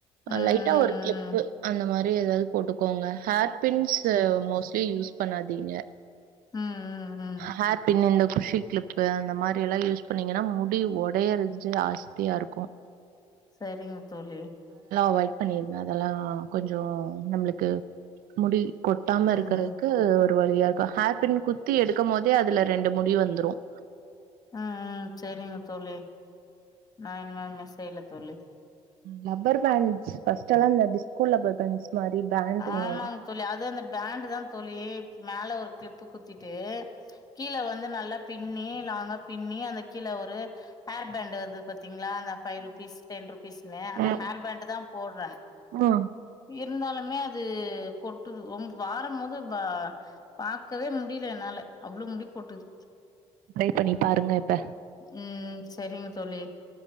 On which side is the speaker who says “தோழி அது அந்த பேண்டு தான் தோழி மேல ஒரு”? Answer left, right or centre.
Left